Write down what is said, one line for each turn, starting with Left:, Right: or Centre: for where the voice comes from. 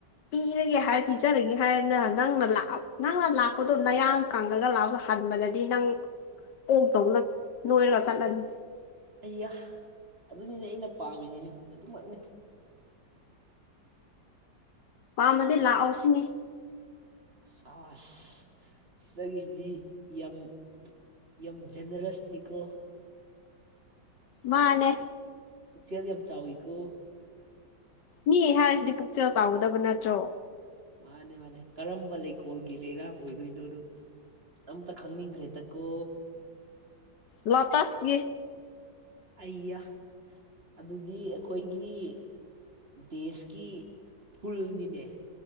Left: ꯄꯤꯖꯒꯦ ꯍꯥꯏꯔ ꯄꯤꯖꯔꯒꯦ ꯍꯥꯏꯔꯅ ꯅꯪꯅ ꯅꯪꯅ ꯂꯥꯛꯄꯗꯣ ꯅꯌꯥꯡ ꯀꯪꯉꯒ ꯂꯥꯛꯑ ꯍꯥꯟꯕꯗꯗꯤ ꯅꯪ ꯑꯣ ꯇꯧꯅ ꯅꯣꯏꯔꯒ ꯆꯠꯂꯅꯤ
Right: ꯑꯩꯌꯥ ꯑꯗꯨꯅꯤꯅꯦ ꯑꯩꯅ ꯄꯥꯝꯃꯤꯁꯤꯁꯨ ꯑꯗꯨꯃꯛꯅꯤ
Left: ꯄꯥꯝꯃꯗꯤ ꯂꯥꯛꯑꯣ ꯁꯤꯅꯤ
Right: ꯁꯥꯁ ꯁꯤꯁꯇꯔꯒꯤꯁꯤꯗꯤ ꯌꯥꯝ ꯌꯥꯝ ꯖꯦꯅꯔꯁꯅꯤꯀꯣ
Left: ꯃꯥꯅꯦ
Right: ꯄꯨꯆꯗꯤ ꯌꯥꯝ ꯆꯏ ꯀꯣ
Left: ꯃꯤ ꯑꯩ ꯍꯥꯏꯔꯤꯁꯤꯗꯤ ꯄꯨꯛꯆꯦꯜ ꯆꯥꯎꯥꯎꯒꯗꯕ ꯅꯠꯇ꯭ꯔꯣ
Right: ꯃꯥꯅꯦ ꯃꯥꯅꯦ ꯀꯔꯝꯕ ꯂꯩꯀꯣꯜꯒꯤ ꯂꯩꯔꯥꯡ ꯑꯣꯏꯗꯣꯏꯅꯣꯗ ꯑꯝꯇ ꯈꯪꯅꯤꯡꯈ꯭ꯔꯦꯗꯀꯣ
Left: ꯂꯇꯥꯥꯁꯒꯤ
Right: ꯑꯩꯌꯥ ꯑꯗꯨꯗꯤ ꯑꯩꯈꯣꯏꯒꯤ ꯗꯦꯁꯀꯤ ꯐꯨꯜꯅꯤꯅꯦ